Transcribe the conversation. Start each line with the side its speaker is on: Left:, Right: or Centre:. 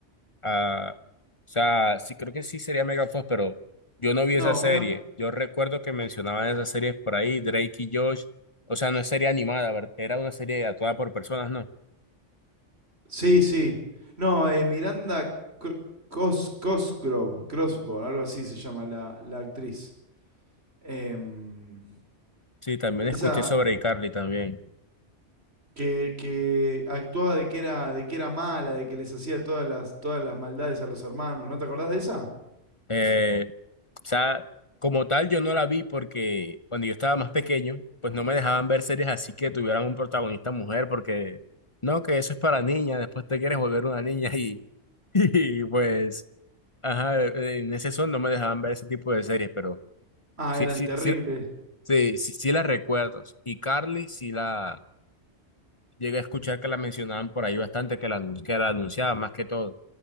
Left: Ah, o sea, sí, creo que sí sería Megan Fox, pero yo no vi
Right: No,
Left: esa serie.
Right: me
Left: Yo recuerdo que mencionaban esas series por ahí, Drake y Josh. O sea, no es serie animada, ver- era una serie actuada por personas, ¿no?
Right: Sí, sí. No, eh, Miranda Cro- Cos Cosgrove, Crossbow, algo así se llama la, la actriz. Em,
Left: Sí, también
Right: esa
Left: escuché sobre iCarly también.
Right: que, que actuaba de que era, de que era mala, de que les hacía todas las, todas las maldades a los hermanos. ¿No te acordás de esa?
Left: Eh, o sea, como tal, yo no la vi porque cuando yo estaba más pequeño, pues no me dejaban ver series así que tuvieran un protagonista mujer, porque no, que eso es para niñas, después te quieres volver una niña y, <laughs> y pues. Ajá, eh, en ese son no me dejaban ver ese tipo de series, pero
Right: Ah,
Left: sí,
Right: eran
Left: sí,
Right: terribles.
Left: sí, sí, sí, sí la recuerdo. Y Carly sí la llegué a escuchar que la mencionaban por ahí bastante, que la, anun- que la anunciaban más que todo.